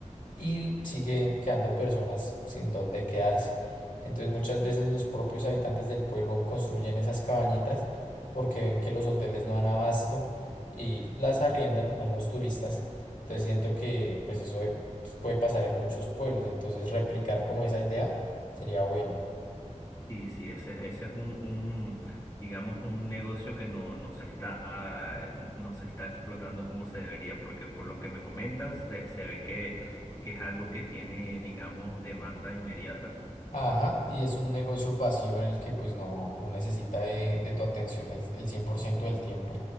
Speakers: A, on the left; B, on the left.
A: y sigue quedando personas sin dónde quedarse. Entonces muchas veces los propios habitantes del pueblo construyen esas cabañitas porque ven que los hoteles no dan abasto y las arriendan a los turistas. Entonces siento que pues eso de- pues, puede pasar en muchos pueblos, entonces replicar como esa idea sería bueno.
B: Sí, sí, ese, es- ese es un, un, digamos, un negocio que no, no se está, no se está explotando como se debería, porque por lo que me comentas, se, se ve que, que es algo que tiene, digamos, demanda inmediata,
A: Ajá,
B: ¿no?
A: y es un negocio pasivo en el que pues no, no necesita de, de tu atención el, el 100% del tiempo.